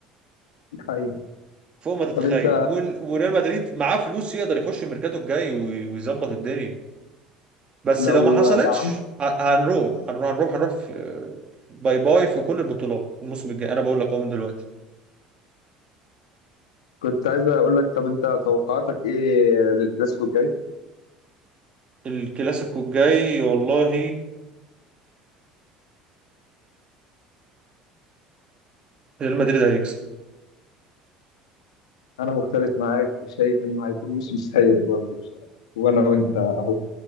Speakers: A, on the left (about 90°); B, on the right (about 35°).
A: دي حقيقة
B: فوق ما تتخيل
A: طب انت
B: وال- وريال مدريد معاه فلوس يقدر يخش الميركاتو الجاي وي- ويظبط الدنيا بس
A: لو
B: لو ما حصلتش
A: دعمت
B: ه- هنروح هنروح هنروح هنروح في باي باي في كل البطولات الموسم الجاي انا بقول لك اهو من دلوقتي
A: كنت عايز اقول لك طب انت توقعاتك ايه للكلاسيكو الجاي
B: الكلاسيكو الجاي والله ريال مدريد هيكسب
A: انا مختلف معاك وشايف انه هيكون موسم سيء برضه بصراحة. وانا وانت اهو